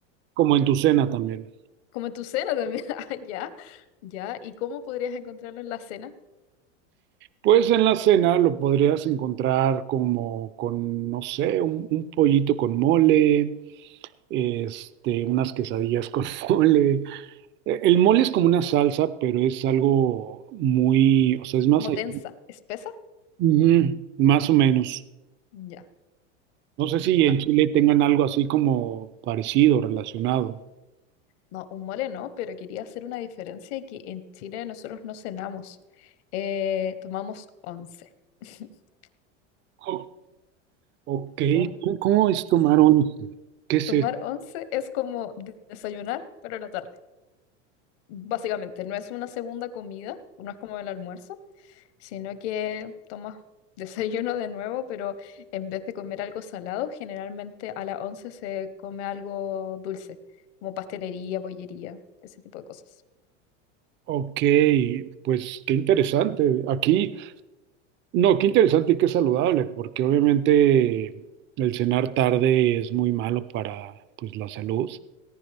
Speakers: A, on the right; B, on the left.
A: como en tu cena también.
B: Como en tu cena también. <laughs> Ah, ya, ya. ¿Y cómo podrías encontrarlo en la cena?
A: Pues en la cena lo podrías encontrar como con, no sé, un, un pollito con mole, este, unas quesadillas con <laughs> mole. Eh, El mole es como una salsa, pero es algo muy, o sea, es más
B: Como
A: allá.
B: densa, espesa.
A: Ujú, más o menos.
B: Ya.
A: No sé si
B: Ah,
A: en Chile tengan algo así como parecido, relacionado.
B: no, un mole no, pero quería hacer una diferencia y que en Chile nosotros no cenamos, Eh, tomamos once. <laughs>
A: Oh, Ok,
B: Tomamos.
A: ¿cómo cómo es tomar once? ¿Qué es
B: Tomar
A: eso?
B: once es como de- desayunar, pero en la tarde. Básicamente, no es una segunda comida, no es como el almuerzo, sino que tomas <laughs> desayuno de nuevo, pero en vez de comer algo salado, generalmente a las once se come algo dulce, como pastelería, bollería, ese tipo de cosas.
A: Ok, pues qué interesante. Aquí, no, qué interesante y qué saludable, porque obviamente el cenar tarde es muy malo para pues la salud.